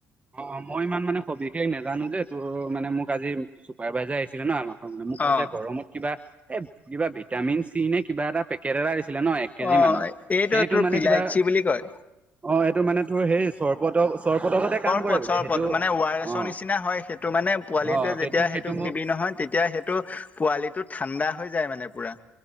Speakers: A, on the right; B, on the left.
A: অ, অ, মই ইমান মানে সবিশেষ নাজানো যে তোৰ মানে মোক আজি চুপাৰভাইজাৰ আহিছিলে ন আমাক মোক
B: অ',
A: কৈছে গৰমত কিবা এ কিবা ভিটামিন চি নে কিবা এটা পেকেত এটা ছিলে ন এক কেজি
B: অ'
A: মানৰ
B: এইটো
A: সেইটো
B: তোৰ
A: মানে
B: পিলাইচি
A: কিবা
B: বুলি কয়।
A: অ এইটো মানে তোৰ সেই চৰবত চৰবততে কাম কৰে
B: পথ
A: বোলে
B: চৰ
A: সেইটো
B: মানে ৱাৰছৰ
A: অ
B: নিচিনা হয় সেইটো মানে পোৱালিটোৱে
A: অ
B: যেতিয়া
A: সেইটো সেইটো
B: সেইটোক
A: মোক
B: দিবি নহয় তেতিয়া সেইটো পোৱালিটো ঠাণ্ডা হৈ যায় মানে পুৰা।